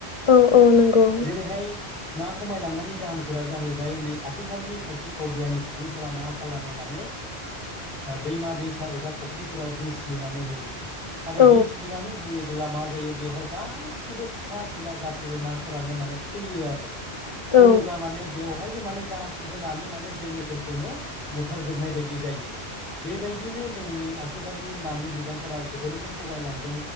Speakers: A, on the left; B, in the centre.
A: औ औ नंगौ
B: जेरैहाय ना खमायलांनायनि जाहोनफोरा जाहैबाय नै आथिखालनि खायसे अगियानि सुबुंफोरा मा खालामो माने दैमा दैसा एबा फुख्रिफोराव बिस लुनानै होयो। आरो
A: औ
B: बिस लुनानै होयोब्ला मा जायो बेवहाय। गासिबो फिसा फिला गासिबो नाफोरानो माने थैयो आरो होयोबा
A: औ नंगौ औ
B: माने बेयाव बेवहायनो माने गासिबो नानि माने जोलैफोरखौनो बुथारजोबनाय बायदि जायो। बेबायदिनो जोंनि आथिखालनि नानि बिबांफोरा जोबोरैनो खमायलांदों।